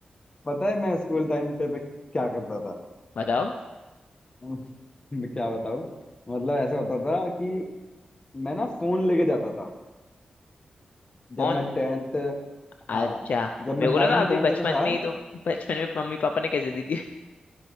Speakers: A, on the left; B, on the left.
A: पता है मैं स्कूल टाइम पे, पे क्या करता था
B: बताओ
A: <laughs> हम्म, मैं क्या बताऊं मतलब ऐसा होता था कि मैं ना फोन लेके जाता था
B: कौन
A: जब मैं टेंथ
B: अच्छा
A: हाँ जब मैं
B: मेरे
A: नाइन
B: को लगा अभी
A: टेंथ
B: बचपन
A: में था
B: में ही तो बचपन में मम्मी पापा ने कैसे दी थी <laughs>